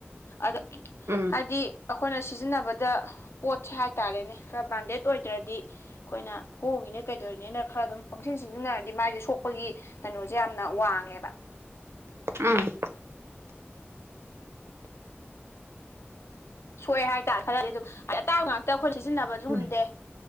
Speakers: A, on the left (about 80°); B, on the right (about 80°).
A: ꯑꯗ
B: ꯎꯝ
A: ꯍꯥꯏꯗꯤ ꯑꯩꯈꯣꯏꯅ ꯁꯤꯖꯤꯟꯅꯕꯗ ꯄꯣꯠꯁꯦ ꯍꯥꯏ ꯇꯥꯔꯦꯅꯦ ꯈꯔ ꯕ꯭ꯔꯥꯟꯗꯦꯠ ꯑꯣꯏꯗ꯭ꯔꯗꯤ ꯑꯩꯈꯣꯏꯅ ꯍꯣꯡꯉꯤꯅꯦ ꯀꯩꯗꯧꯔꯤꯅꯦꯅ ꯈꯔ ꯑꯗꯨꯝ ꯄꯪꯁꯤꯟ ꯁꯤꯟꯖꯤꯟꯅꯔꯗꯤ ꯃꯥꯏꯁꯦ ꯁꯣꯛꯄꯒꯤ ꯀꯩꯅꯣꯁꯦ ꯌꯥꯝꯅ ꯋꯥꯡꯉꯦꯕ
B: ꯎꯝ
A: ꯁꯣꯛꯑꯦ ꯍꯥꯏꯇꯥꯔꯦ ꯈꯔꯗꯤ ꯑꯗꯨꯝ ꯍꯥꯏꯗꯤ ꯑꯇꯥꯡ ꯉꯥꯛꯇ ꯑꯩꯈꯣꯏ ꯁꯤꯖꯤꯟꯅꯕꯁꯨ ꯉꯝꯗꯦ
B: ꯎꯝ